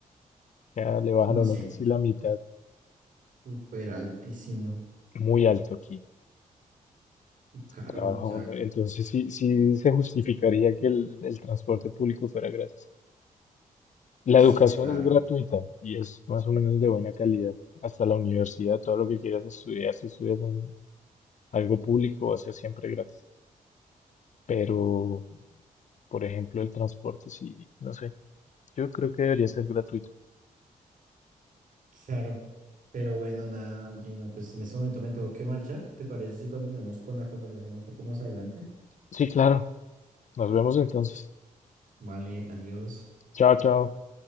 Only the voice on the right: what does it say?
No,
sí.
Súper altísimo
y caro.
O sea,
sí,
claro.
Claro. Pero bueno, nada, Gino, pues en este momento me tengo que marchar. ¿Te parece si continuamos con la conversación un poco más adelante?
Vale, adiós.